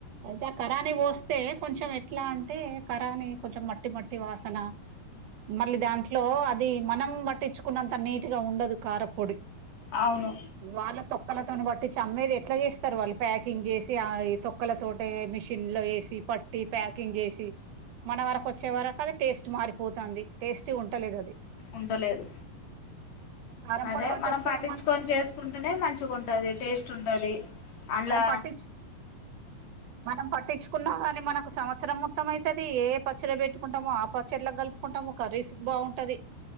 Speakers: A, on the right; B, on the left.
A: అయితే ఆ కరాని పోస్తే కొంచెం ఎట్లా అంట అంటే కరాని కొంచెం మట్టి మట్టి వాసన మళ్ళీ దాంట్లో అది మనం పట్టించుకున్నంత నీట్ గా ఉండదు కారపొడి
B: అవును
A: వాళ్ళ తొక్కలతోను బట్టి చమ్మేది ఎట్లా చేస్తారు వాళ్ళు ప్యాకింగ్ చేసి ఆ తొక్కల తోట మిషన్ లో వేసి పట్టి ప్యాకింగ్ చేసి మన వరకు వచ్చే వర అది టేస్ట్ మారిపోతుంది టేస్ట్ ఉంటలేదు అది
B: ఉంటలేదు
A: కారం
B: అదే
A: పొడి పట్టిస్తే
B: మనం పట్టించుకొని
A: ఇక
B: చేసుకుంటూనే మంచిగా ఉంటుది టేస్ట్ ంటది అలా
A: మనం పట్టించు మనం పట్టించుకున్నా కానీ మనకు సంవత్సరం మొత్తం అవుతుది ఏ పచ్చర పెట్టుకుంటామో ఆ పచ్చర్లో కలుపుకుంటాం ఒక ఒక రీసుక్ బాగుంటది